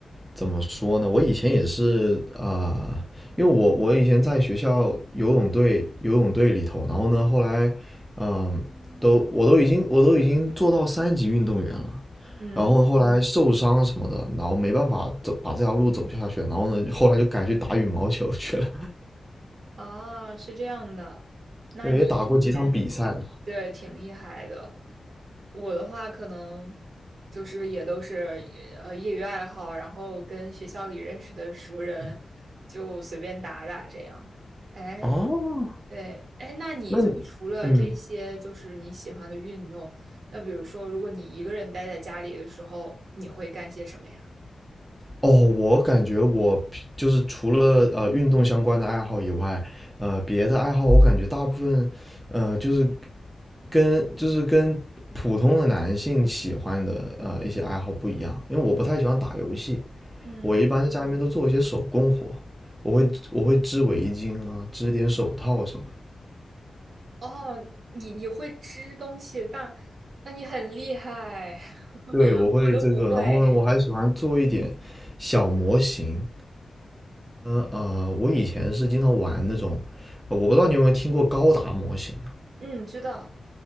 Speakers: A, in the centre; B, on the right (about 65°).
A: 怎么说呢？我以前也是啊、因为我我以前在学校游泳队游泳队里头，然后呢，后来嗯，都我都已经我都已经做到三级运动员了，
B: 嗯。
A: 然后后来受伤什么的，然后没办法走把这条路走下去了然后呢，后来就改去打羽毛球去了，
B: 啊，是这样的，
A: <laughs>
B: 那你以前对挺厉害的。
A: 对，也打过几场比赛了。
B: 我的话可能就是也都是呃业余爱好，然后跟学校里认识的熟人就随便打打这样。哎，
A: 哦，
B: 对，哎，那你就除了这些就是你喜欢的运动，
A: 那你嗯。
B: 那比如说如果你一个人待在家里的时候，你会干些什么呀？
A: 哦，我感觉我就是除了呃运动相关的爱好以外，呃，别的爱好我感觉大部分，呃，就是跟就是跟普通的男性喜欢的呃一些爱好不一样，因为我不太喜欢打游戏，
B: 嗯。
A: 我一般在家里面都做一些手工活，我会我会织围巾啊，织点手套什么的，
B: 哦，你你会织东西，那那你很厉害，<laughs>
A: 对，我会这个，
B: 我都不会。
A: 然后呢，我还喜欢做一点小模型，嗯呃，我以前是经常玩那种，呃我不知道你有没有听过高达模型。
B: 嗯，知道。